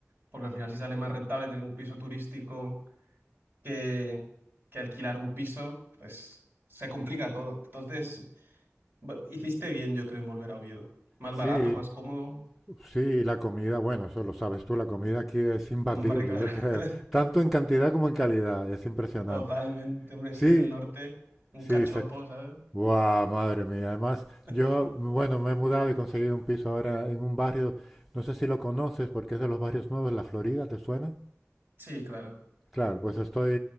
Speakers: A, on the right; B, in the centre.
A: porque al final si sale más rentable tener un piso turístico que, que alquilar un piso, pues se complica todo. Entonces, bu- hiciste bien, yo creo, en volver a Oviedo. Más
B: Sí,
A: barato, más cómodo.
B: sí, la comida, bueno, eso lo sabes tú, la comida aquí es imbatible,
A: Hombre, claro.
B: yo creo,
A: <laughs>
B: tanto en cantidad como en calidad, es impresionante.
A: Totalmente, hombre,
B: Sí,
A: es que en el norte, un
B: sí,
A: cachopo,
B: se...
A: ¿sabes?
B: ¡Guau, madre mía! Además,
A: <laughs>
B: yo, bueno, me he mudado y he conseguido un piso ahora en un barrio, no sé si lo conoces, porque es de los barrios nuevos, La Florida, ¿te suena?
A: Sí, claro.
B: Claro, pues estoy,